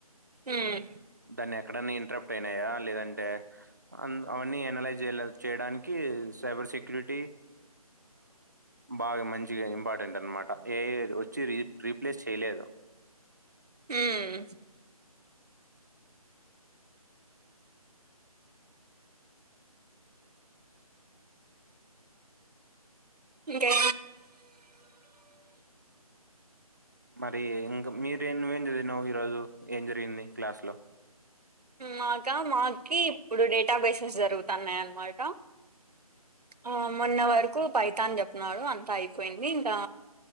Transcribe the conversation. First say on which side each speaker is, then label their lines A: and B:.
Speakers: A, on the right (about 90°); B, on the right (about 30°).
A: హ్మ్
B: దాన్ని ఎక్కడన్నా ఇంట్రప్ట్ అయినాయా లేదంటే అవన్నీ చేయడానికి సైబర్ సెక్య సెక్యూరిటీ బాగా మంచిగా ఇంపార్టెంట్ అనమాట ఏ వచ్చి రీ రీప్లేస్ చేయలేదు
A: ఇంకేం అే
B: మరి ఇంకా మీరే నువ్వేం చదివినావు ఈరోోజు ఏం జరిగింది క్లాస్ లో
A: మాకా మాకి ఇప్పుడు డేటా బేసెస్ జరుగుతున్నాయి అన్నమాట ఆ మొన్న వరకు పైటను అని చెప్తున్నాడు అంతా అయిపోయింది ఇంకా